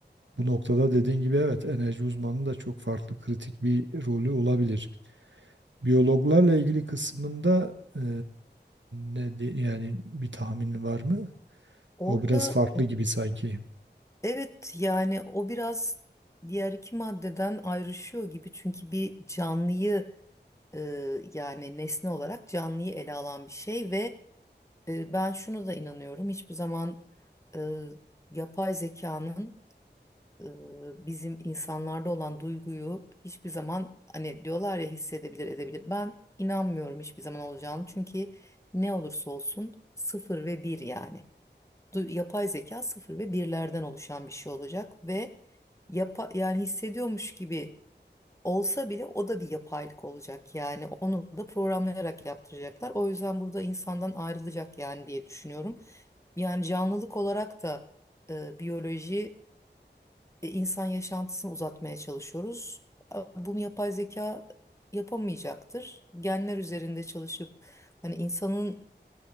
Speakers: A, on the right (about 85°); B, on the left (about 15°).
A: Bu noktada dediğin gibi evet enerji uzmanının da çok farklı kritik bir rolü olabilir. Biyologlarla ilgili kısmında e, ne de- yani bir tahminin var mı?
B: Orada
A: O biraz farklı gibi sanki.
B: evet yani o biraz diğer iki maddeden ayrışıyor gibi çünkü bir canlıyı e, yani nesne olarak canlıyı ele alan bir şey ve e, ben şunu da inanıyorum hiçbir zaman e, yapay zekanın e, bizim insanlarda olan duyguyu hiçbir zaman hani diyorlar ya hissedebilir edebilir. Ben inanmıyorum hiçbir zaman olacağını çünkü ne olursa olsun sıfır ve bir yani. Du- Yapay zeka sıfır ve birlerden oluşan bir şey olacak ve yapa yani hissediyormuş gibi olsa bile o da bir yapaylık olacak yani onu da programlayarak yaptıracaklar. O yüzden burada insandan ayrılacak yani diye düşünüyorum. Yani canlılık olarak da e, biyoloji e, insan yaşantısını uzatmaya çalışıyoruz. A- Bunu yapay zeka yapamayacaktır. Genler üzerinde çalışıp hani insanınla